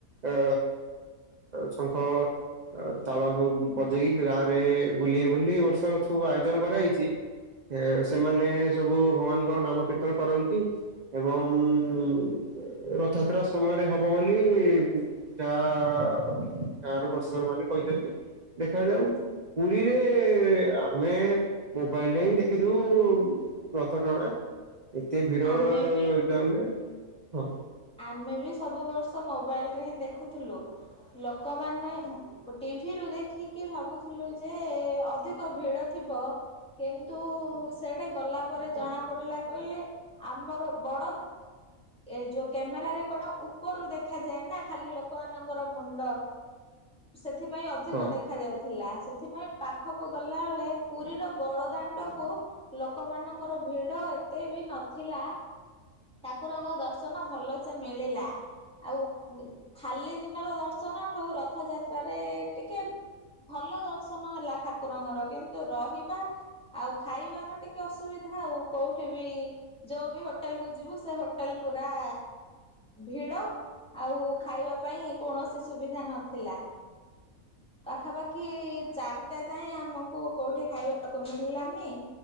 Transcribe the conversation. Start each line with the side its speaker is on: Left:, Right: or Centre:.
Right: ଅ ଶଙ୍ଖ ଅ ତାଳ ସବୁ ବଜେଇକି ଗ୍ରା ରେ ବୁଲି ବୁଲି ଏ ବର୍ଷ ସବୁ ଆୟୋଜନ କରାହେଇଛି। ଏ ସେମାନେ ସବୁ ଭଗବାନଙ୍କ ନାମ କୀର୍ତ୍ତନ କରନ୍ତି। ଏବଂ ଉ ରଥଯାତ୍ରା ସମୟରେ ହବ ବୋଲି ଯାହା ଗାଁ ର ପ୍ରଶାସନ ମାନେ କହିଛନ୍ତି ଦେଖାଯାଉ ପୁରୀରେ ଆମେ ବାଲଡେଲ୍ ଦେଖିଦଉ ରଥ ଟଣା ଏତେ ଭିଡ
Centre: ଆମେ ବି
Right: ଯାଉ ହଁ।
Centre: ଆମେ ବି ସବୁ ବର୍ଷ ମୋବାଇଲ ରେ ହିଁ ଦେଖୁଥିଲୁ ଲୋକମାନେ ଟିଭିରୁୁ ଦେଖିକି ଭାବୁଥିଲୁ ଯେ ଅଧିକ ଭିଡ ଥିବ। କିନ୍ତୁ ସେଟେ ଗଲା ପରେ ଜଣା ପଡିଲା କହିଲେ ଆମର ବଡ ଏ ଯୋଉ କ୍ୟାମେରରେ କଣ ଉପରୁ ଦେଖାଯାଏ ନା ଖାଲି ଲୋକମାନଙ୍କର ମୁଣ୍ଡ। ସେଥିପାଇଁ ଅଧିକ
Right: ହଁ।
Centre: ଦେଖା ଯାଉଚି। ଥିଲା ସେଥିପାଇଁ ପାଖକୁ ଗଲାବେଳେ ପୁରୀର ବଡ଼ଦାଣ୍ଡକୁ ଲୋକମାନଙ୍କର ଭିଡ ଏତେ ବି ନଥିଲା। ଠାକୁରଙ୍କ ଦର୍ଶନ ଭଲ ସେ ମିଳିଲା। ଆଉ ଖାଲି ଦିନର ଦର୍ଶନ ଠୁ ରଥଯାତ୍ରାରେ ଟି ଭଲ ଦର୍ଶନ ହେଲା ଠାକୁରଙ୍କର, କିନ୍ତୁ ରହିବା ଆଉ ଖାଇବାର ଟିକେ ଅସୁବିଧା ଆଉ କୋଉଠି ବି ଯୋଉ ବି ହୋଟେଲ କୁ ଯିବୁ ସେ ହୋଟେଲ ପୁରା ଭିଡ ଆଉ ଖାଇବା ପାଇଁ କୌଣସି ସୁବିଧା ନଥିଲା। ହ ପାଖାପାଖି ଚାରିଟା ଯାଏ ଆମକୁ କୋଉଠି ଖାଇବାକୁ ମିଳିଲାନି।